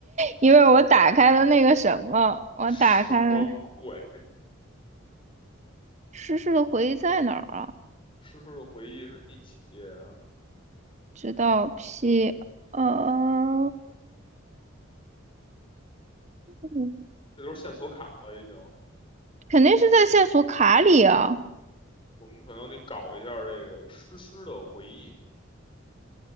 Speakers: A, on the right (about 35°); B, on the left (about 25°).
A: 因为我打开了那个什么，
B: <laughs>
A: 我打开了
B: 什么鬼？
A: 诗诗的回忆在哪儿啊？
B: 诗诗的回忆是第几页啊？
A: 知道 P，呃，嗯
B: 这都是线索卡了，已经。
A: 肯定是在线索卡里啊，
B: 我们可能得搞一下这个诗诗的回忆。